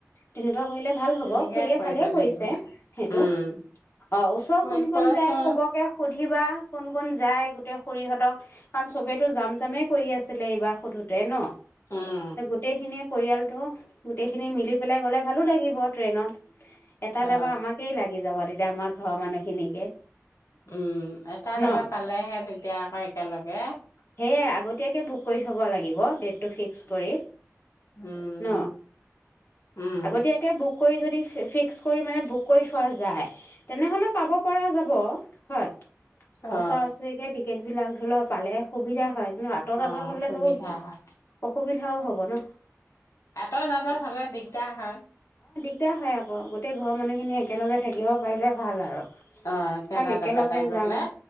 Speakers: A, on the left; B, on the left.
A: তেনেকুৱা কৰিলে ভাল হ'ব,
B: তেনেকে
A: শুৰিয়ে
B: কৰিব
A: ভালেই কৰিছে
B: লাগিব
A: সেইটো,
B: উম
A: অঁ ওচৰ
B: কৰি
A: কোন কোন
B: কোৱাচোন
A: যায় চবকে খু উুধিবা কোন কোন যায় গোটেই খৰিহঁতক? কাৰণ চবেতো জাম জামেই কৰি আছিলে এইবাৰ সুধো ন?
B: উম
A: গোটেইখিনিয়ে পৰিয়ালটো, গোটেইখিনি মিলি পেলাই গলে ভালো লাগিব ট্ৰেইনত এটা
B: অ
A: দাবা আমাকেই লাগি যাব এতিয়া আমাৰ ঘৰৰ মানুহখিনিকে
B: উম, এটা
A: ন
B: এভা পালে'হে, তেতিয়া আকৌ একেলগে
A: সেয়ে আগতীয়াকে বুক কৰি থ'ব লাগিব হ'ব! ডে'টটো ফিক্স কৰি
B: উম
A: ন,
B: উম
A: আগতীয়াকে বুক কৰি যদি <unintelligible> বুক কৰি থোৱা যায়, তেনে হলে পাব পৰা যাব, হয়
B: অ
A: ওচৰ আছৰি কে টিকেট বিলাগ ধৰি লোৱা পালে, সুবিধা হয়। কিন্তু আঁতৰ আঁতৰ
B: অ
A: হ'লেতো
B: সুবিধা হয়
A: অসুবিধাও হব ন
B: আঁতৰ যাবৰ হলেে দিগদাৰ হয়
A: সতা হয় আকৌ, গোটেই ঘৰৰ মানুহখিনি একেলগে থাকিব পাৰিলে ভাল আৰু।
B: অঁ একেটা
A: কাৰণ একেলগে
B: এাবা তটা গলে
A: যাম